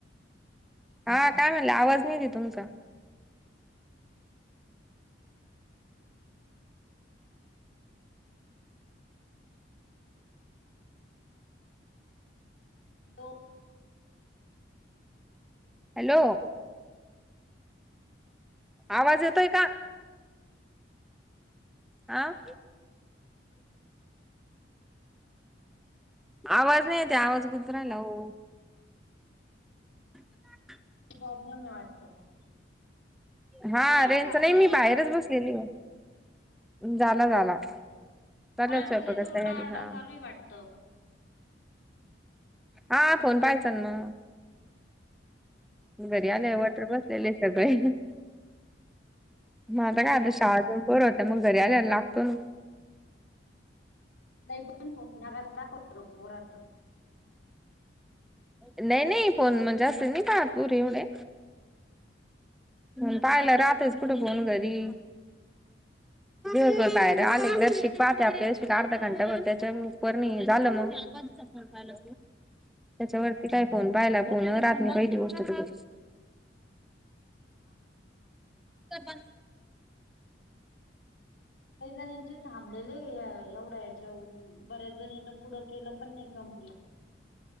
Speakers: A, in the centre; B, on the left.
A: हां काय म्हणल्या? आवाज नही येते तुमचा.
B: हो <unintelligible>
A: हॅलो? आवाज येतोय का? आ? आवाज नहीं येते, आवाज गु तु राहिला ओ, <inaudible>
B: प्रॉब्लेम वाटतो मग.
A: हा
B: अच्छा
A: रेनच
B: झाला
A: नाही मी बाहेरच बसलेली हो. झाला
B: नाही
A: झाला चाले
B: पोरांचा
A: स्वयपाक
B: लयच ओरडाआरडा
A: तयारी हा.
B: चालू आहे वाटतं.
A: हा फोन पाहाचा ना मग घरी आले वॉटर बस. असले सगळे म आता काय आता शाळजूनपर त त्या मग घरी आल्यायला लागतो ना.
B: ताई बगान फोन मगाच दघवत होत पोरन.
A: नाही नाही फोन म्हणजे असत नाही का पूर एवढे. म पाहिला राहातच कुठे फोन घरी.
B: <inaudible>
A: दिवर बाहेर आले जर शिक पाहते आपल्या अर्धा घंटा बर त्याच्या पणी झालं मग. <unintelligible> पाहिलं वरती काय फोन पाहायला फोन रातनी पहिली गोष्ट तु,
B: हा का?
A: कर बंद.
B: काही जणांचे थांबलेले ए- एवढ्या. खेव बऱ्याच जणीन पुढं केलं पण नाही कंप्लीट.